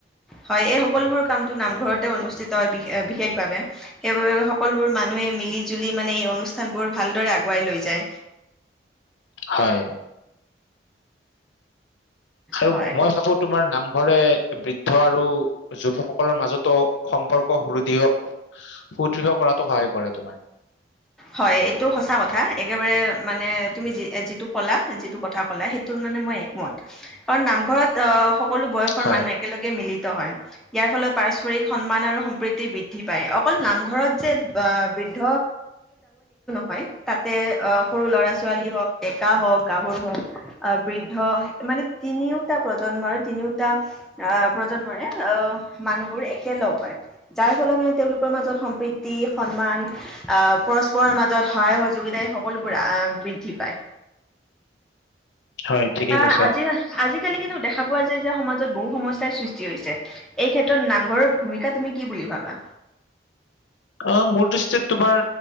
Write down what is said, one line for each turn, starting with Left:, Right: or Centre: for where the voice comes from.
Centre: হয়‌, ‌ এই সকলোবোৰ কামটো নামঘৰতে অনুষ্ঠিত বিশেষভাৱে, সেইবাবে সকলোবোৰ মানুহে মিলি জুলি মানে, এই অনুষ্ঠানবোৰ ভালদৰে আগুৱাই লৈ যায়।
Left: হয়। আৰু
Centre: হয়।
Left: মই ভাবোঁ তোমাৰ নাম ঘৰে বৃদ্ধ আৰু যুৱসকলৰ মাজতো সম্পৰ্ক সুদৃঢ়, সুদৃঢ় কৰাতোঁ সহায় কৰে, তোমাৰ।
Centre: হয় এইটো সঁচা কথা, একেবাৰে মানে তুমি যিটো ক'লা, যিটো কথা ক'লা সেইটো মানে মই একমত, কাৰণ নামঘৰত অ সকলো বয়সৰ
Left: হয়
Centre: মানুহ একেলগে মিলি হয়, ইয়াৰ ফলত পাৰস্পৰিক সন্মান আৰু সম্প্ৰীতি বৃদ্ধি পায়। অকল নামঘৰত যে আহ, বৃদ্ধ হয় তাতে আহ সৰু ল'ৰা ছোৱালী হওক, ডেকা হওক, গাভৰু হওক, অঁ, বৃদ্ধ মানে তিনিওটা প্ৰজন্মৰে তিনিওটা অ‍ঁ প্ৰজন্মৰে অঁ মানুহবোৰ একেলগ হয়, যাৰ ফলত মানে তেওঁলোকৰ মাজত সম্প্ৰীতি সন্মান অঁ পৰস্পৰৰ মাজত সহায় সহযোগিতাই হওক সকলোবোৰ বৃদ্ধি পায়।
Left: হয় ঠিকে
Centre: অ
Left: কৈছা
Centre: আজি, আজি আজিকালি কিন্তু দেখা পোৱা যায় যে সমাজত বহু সমস্যাৰ সৃষ্টি হৈছে, এই ক্ষেত্ৰত নামঘৰৰ ভূমিকা তুমি কি বুলি ভাবা?
Left: অ মোৰ দৃষ্টিত তোমাৰ